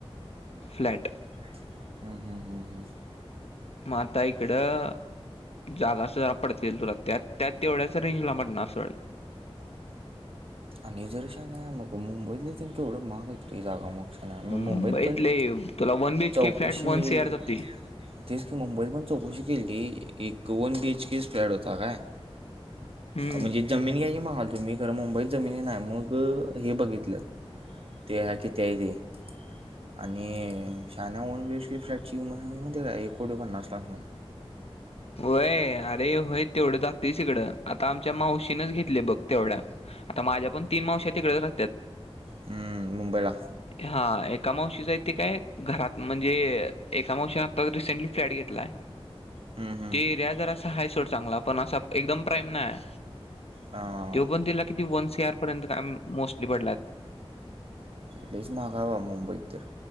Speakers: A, on the left; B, on the right.
A: फ्लॅट.
B: फ्लॅट हम् हम् हम्.
A: म आता इकडं. जागा असं ज पडत्याल तुला त्या त्या तेवढ्याच रेंजला पडणार सोड.
B: आणि जर शान्या मग मुंबईतले तेन केवढं महाग हायत की जागा मग शान्या मग मुंबईत
A: मुंबईतले
B: पण
A: तुला one B H
B: चौकशी
A: K flat one C आर जाते
B: तीच की मुंबईत पण चौकशी केली एक वन बी एच के च फ्लॅट होता काय?
A: हम्म
B: म्हणजे जमीन घ्यायची म्हणालं तुम्ही खरं मुंबईत जमिनी नाय मग हे बघितलं ते ह किती आहे ते आणि शहाण्या वन बी एच के फ्लॅटची किंमत काय हाय म्हायते काय एक कोटी पन्नास लाखान
A: होय अरे होय तेवढं जातंयच हिकडं आता आमच्या मावशीनच घेतलय बघ तेवढ्या आता माझ्या पण तीन मावश्या तिकडच राहत्यात.
B: हम्म मुंबईला
A: हा एका मावशीच हाय ते काय घरात म्हणजे एका मावशीनं आत्ताच रिसेंटली फ्लॅट घेतलाय.
B: हम्म, हम्म.
A: ते एरिया जरा असा हाय सोड चांगला पण असा एकदम प्राईम नाय
B: हां
A: त्यो पण तीला किती वन सी आर पर्यंत का मोस्टली पडलात
B: लयच महाग हाय बाबा मुंबईत तर